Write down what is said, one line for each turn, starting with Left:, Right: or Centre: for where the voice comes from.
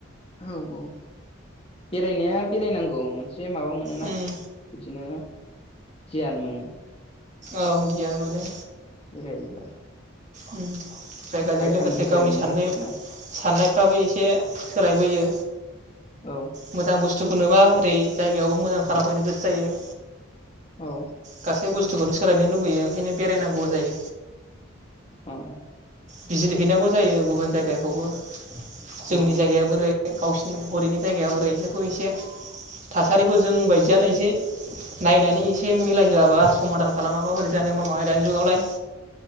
Left: औ औ बेरायनाया बेरायनांगौ <unintelligible> एसे माबा मोनोना
Right: उम
Left: बिदिनो गियान मोनो।
Right: औ गियान मोनो
Left: बेरायोबा
Right: उ जायगाजों
Left: बायहेरानि
Right: लोगोसे
Left: गियान
Right: गावनि
Left: मोनो
Right: साननाय
Left: आरोखि ना
Right: साननाय फाबो एसे सोलायबोयो
Left: औ
Right: मोजां बुस्थु खुनबा ओरै जायगायावबो मोजां खालामहैनो गोसो जायो।
Left: औ
Right: गासै सोलायनो लुगैयो ओंखायनो बेरायनांगौ जायो।
Left: औ
Right: बिजिर हैनांगौ जायो गुबुन जायगाखौबो जोंनि
Left: औ
Right: जायगाया बोरै गावसिोरनि हरिनि जायगाया बोरै इसोरखौ एसे थासारिखौ जों बायदियानो एसे नायनानै एसे मिलायहोआबा समादान खालामाबा बोरै जानोबा माय दानि जुगावलाय।